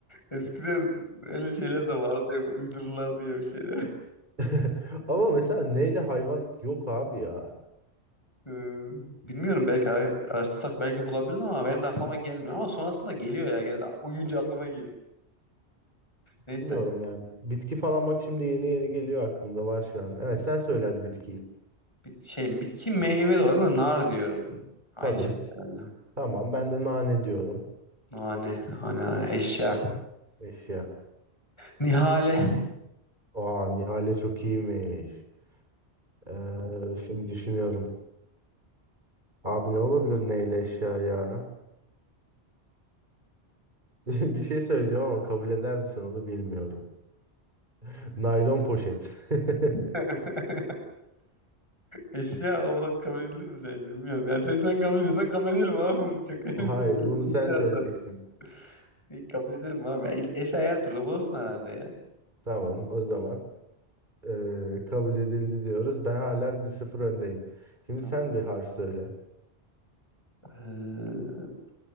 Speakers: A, on the left (about 25°); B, on the right (about 45°).
A: Eskiden öyle şeyler de vardı. ya, Uydururlar diye bir şeyler.
B: <laughs> Ama mesela neyle hayvan yok abi ya.
A: Ee, bilmiyorum belki ara- araştırsak belki bulabiliriz ama benim de aklıma gelmiyor ama sonrasında geliyor ya genelde uyuyunca aklıma geliyor. Neyse.
B: Bilmiyorum yani. Bitki falan bak şimdi yeni yeni geliyor aklımda var şu an. Evet sen söyle hadi bitkiyi.
A: Bir şey bitki meyve de olabilir. Böyle Nar diyorum. Aynı
B: Tabii.
A: şey herhalde.
B: Tamam ben de nane diyorum.
A: Nane, nane, nane, eşya.
B: Eşya.
A: Nihale.
B: Aa Nihal'e çok iyiymiş. Ee, şimdi düşünüyorum. Abi ne olabilir neyle eşya ya? <laughs> Bir şey söyleyeceğim ama kabul eder misin onu bilmiyorum. <laughs> Naylon poşet. <laughs>
A: <laughs> Eşya olarak kabul edilir mi sence? Bilmiyorum. Yani sen, sen kabul ediyorsan kabul edelim abi bunu. Çok <laughs>
B: Hayır,
A: önemli değil.
B: bunu
A: Eş-
B: sen
A: Eşya
B: söyleyeceksin.
A: zaten. İyi, kabul edelim abi. El- Eşya her türlü bulursun herhalde ya.
B: Tamam, o zaman eee, kabul edildi diyoruz. Ben hala bir sıfır öndeyim. Şimdi
A: Tamam.
B: sen bir harf söyle.
A: Ee,